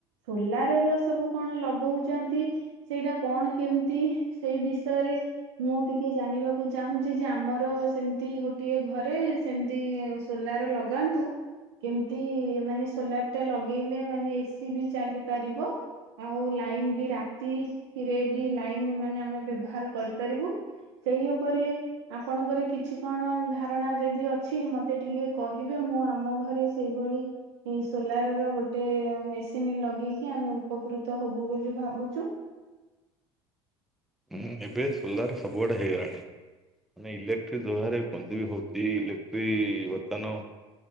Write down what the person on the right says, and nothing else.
ସୋଲାରର ସବୁ କଣ ଲଗୋଉଚନ୍ତି ସେଇଟା କଣ କେମତି ସେଇ ବିଷୟରେ ମୁଁ ଟିକେ ଜାଣିବାକୁ ଚାହୁଁଚି ଯେ ଆମର ସେମତି ଗୋଟିଏ ଘରେ ସେମତି ଏ ସୋଲାର ଲଗାନ୍ତୁ କେମତି ମାନେ ସୋଲାରଟା ଲଗେଇଲେ ମାନେ ଏ ସିି ବି ଚାଲି ପାରିବ ଆଉ ଲାଇନ ବି ରାତିରେ ବି ଲାଇନ ମାନେ ଆମେ ବ୍ୟବହାର କରିପାରିବୁ ସେଇ ଓପରେ ଆପଣଙ୍କର କିଛି କଣ ଧାରଣା ଯଦି ଅଛି ମତେ ଟିକେ କହିବେ ମୁଁ ଆମ ଘରେ ସ୍ ସେଇଭଳି ଏଇ ସୋଲାରର ଗୋଟେ ମେସିନି ଲଗେଇକି ଆମେ ଉପକୃତ ହୋବୁ ବୋଲି ଭାବୁଚୂ।